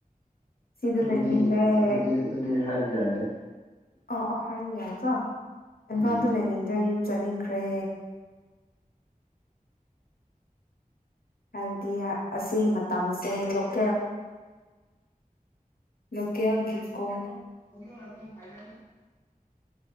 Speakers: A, on the left; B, on the left.
A: ꯁꯤꯗ
B: ꯑꯗꯨꯗꯤ
A: ꯂꯩꯅꯤꯡꯗ꯭ꯔꯦ
B: ꯑꯗꯨꯗꯤ ꯑꯗꯨꯗꯤ ꯍꯥꯏꯕ ꯌꯥꯗꯦ
A: ꯑꯥ ꯑ ꯍꯥꯏꯔꯤ ꯌꯥꯢꯀꯣ ꯏꯝꯐꯥꯜꯗ
B: ꯎꯝ
A: ꯂꯩꯅꯤꯡꯗ꯭ꯔꯦ ꯌꯨꯝ ꯆꯠꯅꯤꯡꯈ꯭ꯔꯦ ꯍꯥꯏꯕꯗꯤ ꯑꯁꯤ ꯃꯇꯝꯁꯦ ꯂꯣꯀꯦꯜ ꯂꯣꯀꯦꯜ ꯒꯤ ꯀꯣꯟ
B: ꯎꯝ ꯑꯗꯨ ꯑꯣꯢꯔꯗꯤ ꯐꯩꯅꯦ